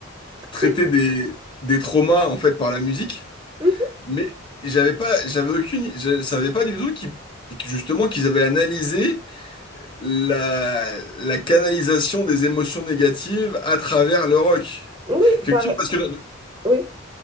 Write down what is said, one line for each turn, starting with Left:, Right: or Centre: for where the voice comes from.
Left: traiter
Right: c'est-
Left: des, des traumas, en fait, par la musique.
Right: Mhm.
Left: Mais j'avais pas, j'avais aucune, je savais pas du tout qu'ils, que justement, qu'ils avaient analysé la, la canalisation des émotions négatives à travers le rock.
Right: Oui,
Left: Effectivement,
Right: par-
Left: parce que, dans-
Right: oui.